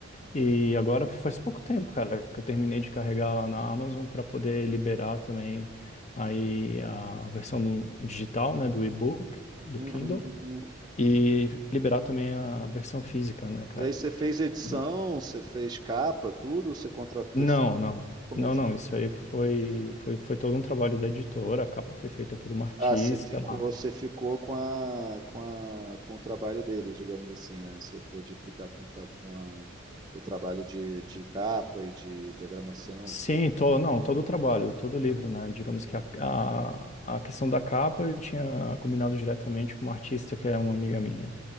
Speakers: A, on the left (about 35°); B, on the right (about 20°).
A: E agora faz pouco tempo, cara, que eu terminei de carregar lá na Amazon para poder liberar também aí a versão no- digital, né, do e-book, do
B: Uhum.
A: Kindle, e liberar também a versão física, né, cara?
B: E aí você fez edição,
A: E-
B: você fez capa, tudo? Você contratou terceiro?
A: Não, não.
B: Como
A: Não,
B: é que você
A: não, isso
B: fez?
A: aí foi, foi, foi todo um trabalho da editora, a capa foi feita por uma artista.
B: Ah, você ficou,
A: Ah.
B: você ficou com a, com a, com o trabalho deles, digamos assim, né? Você pôde ficar com, o tra- com a, o trabalho de, de capa e de diagramação,
A: Sim,
B: tudo.
A: to, não, todo o trabalho, todo o livro, né? Digamos que a, a, a questão da capa eu tinha combinado diretamente com uma artista que é uma amiga minha.